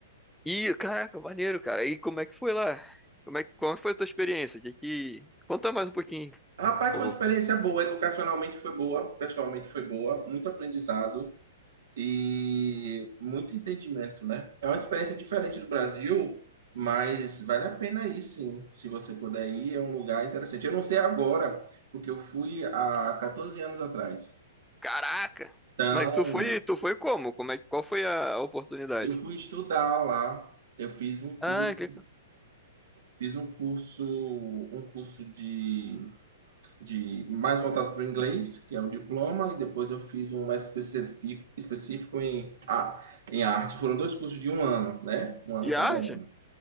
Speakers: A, in the centre; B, on the right.
A: Ih, caraca, maneiro, cara. E como é que foi lá? Como é que, como foi a tua experiência? Que, que... Conta mais um pouquinho,
B: Rapaz,
A: por
B: foi
A: favor.
B: uma experiência boa, educacionalmente foi boa, pessoalmente foi boa, muito aprendizado. e muito entendimento, né? É uma experiência diferente do Brasil, mas vale a pena ir, sim. Se você puder ir, é um lugar interessante. Eu não sei agora, porque eu fui há 14 anos atrás.
A: Caraca!
B: Então,
A: Mas tu foi, tu foi como? Como é, que- qual foi a a oportunidade?
B: eu fui estudar lá, eu fiz um curso,
A: Ah, que legal.
B: fiz um curso, um curso de, de mais voltado para o inglês, que é um diploma, e depois eu fiz um mais específico, específico em, ah, em arte. Foram dois cursos de um ano, né? Um ano
A: De
B: cada
A: arte?
B: um.